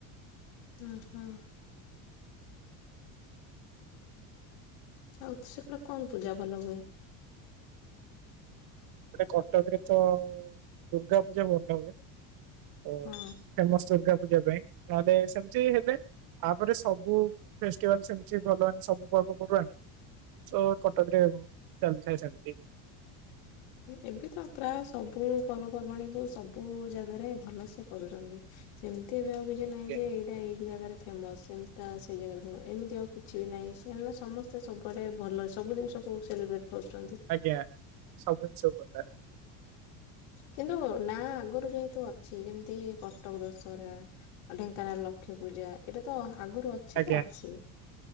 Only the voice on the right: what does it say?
ଏପଟେ କଟକରେ ତ ଦୁର୍ଗା ପୂଜା ଭଲ ହୁଏ ତ
ଫେମସ ଦୁର୍ଗା ପୂଜା ପାଇଁ, ନ ହେଲେ ସେମିତି ହେଲେ ୟାପରେ ସବୁ ଫେଷ୍ଟିଭାଲ ସେମିତ୍ ଭଲ, ସବୁ ପର୍ବ ପର୍ବାଣି ସ କଟକରେ ଚାଲିଥାଏ ସେମତି
ଆଜ୍ଞା
ଆଜ୍ଞା ସବୁ ଜିନିଷ <unintelligible>
ଆଜ୍ଞା,